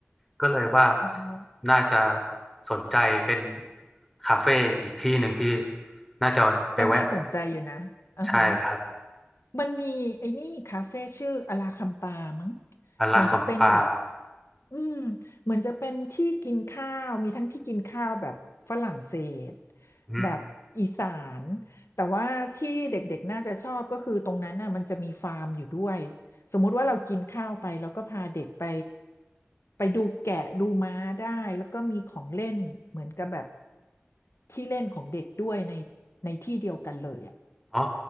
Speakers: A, in the centre; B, on the left.
A: ก็เลยว่า
B: อ่าฮะ
A: น่าจะสนใจเป็นคาเฟ่อีกที่หนึ่งที่น่าจะไปแวะ
B: ก็น่าสนใจอยู่นะอ่าฮะ
A: ใช่ครับ
B: มันมีไอ้นี่คาเฟ่ชื่ออลาคัมปามั้ง
A: อาราคัมปา
B: เหมือนจะเป็นแบบ อืมเหมือนจะเป็นที่กินข้าวมีทั้งที่กินข้าวแบบฝรั่งเศส
A: อืม
B: แบบอีสานแต่ว่าที่เด็กๆน่าจะชอบก็คือตรงนั้นน่ะมันจะมีฟาร์มอยู่ด้วยสมมุติว่าเรากินข้าวไปแล้วก็พาเด็กไปไปดูแกะดูม้าได้แล้วก็มีของเล่นเหมือนกับแบบที่เล่นของเด็กด้วยในในที่เดียวกันเลยอ่ะ
A: อ๋อ